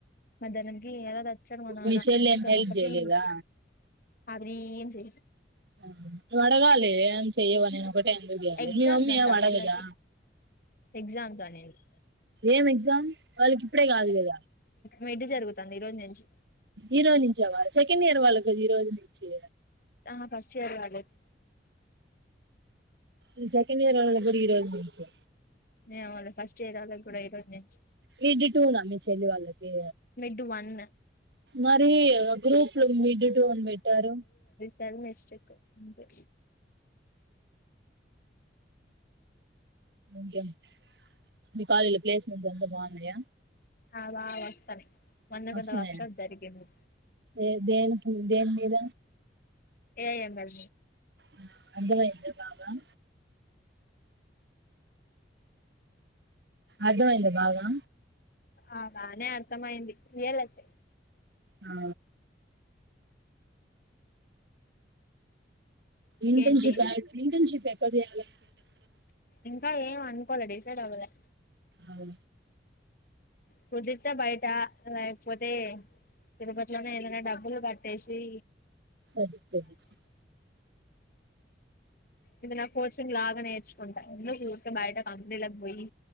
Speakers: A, on the left; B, on the right.
A: మధ్యానంకి ఎదొ తెచ్చాడు మా నాన్న
B: మీ చెల్లి
A: చికెన్
B: ఏం హెల్ప్
A: ఒకటి
B: చేయలేదా
A: అవిరీమ్ చి
B: ఆ నువు అడగాలే ఏం చెయ్యవని
A: ఎగ్జామ్స్
B: మీ మమ్మీ
A: అంట
B: ఏం
A: ఆ
B: అడగదా
A: పిల్లకి ఎగ్జామ్స్ అనింది
B: ఏం ఎగ్జామ్ వాళ్ళకిప్పుడే కాదు గదా
A: మీడ్డి జరుగుతంది ఈరోజు నుంచి
B: ఈ రోజు నుంచా వాళ్లు సెకండ్ ఇయర్ వాళ్ళ గద ఈ రోజు నుంచి
A: ఆహా ఫస్ట్ ఇయర్ వాళ్ళకి
B: ఉ సేకండియర్ వాళ్ళకి గుడ ఈరోజు నించే
A: ఏమోలే ఫస్ట్ ఇయర్ ఓలాగుడా ఇరోజ్ నించి
B: మిడ్ టు నా మీ చెల్లి వాళ్ళకి
A: మిడ్ వన్
B: మరి గ్రూప్లు మీడ్ టూ అన్ బేట్టారు
A: టెల్ మిస్టేక్ అంతే
B: ఇంకేంద మీ కాలేజ్ లో ప్లేస్మెంట్స్ అంత బాగున్నాయ
A: ఆ బాగా ఓస్తనయ్ మొన్న కొంద
B: వస్తున్నాయా
A: వర్క్ షాప్ జరిగింది
B: ఏ దేన్ కి దేన్ మీద
A: ఏఐఎంఎల్ మిద
B: ఆ అందమైంద పాపం అర్థమైంద బాగా
A: ఆ బానే అర్థమయింది రియలసే
B: ఆ
A: ఇంకేంటి
B: ఇంటర్న్షిప్ ఆడ్ ఇంటర్న్షిప్ ఎక్కడ జేయాలి అన్కుంటున్నారు
A: ఇంకా యేం అన్కోలే డిసైడ్ అవ్వలే
B: అవు
A: కుదితె బయటా లేకపోతే తిరుపతిలనే ఏదన్నా డబ్బులు గాట్టేసి
B: సరి పోద్ ఈ స్నాక్స్
A: ఇది నా కోచింగ్ లాగా నేర్చుకుంటా ఎందుకు ఊకే బయట కంపెనీలక్ వోయి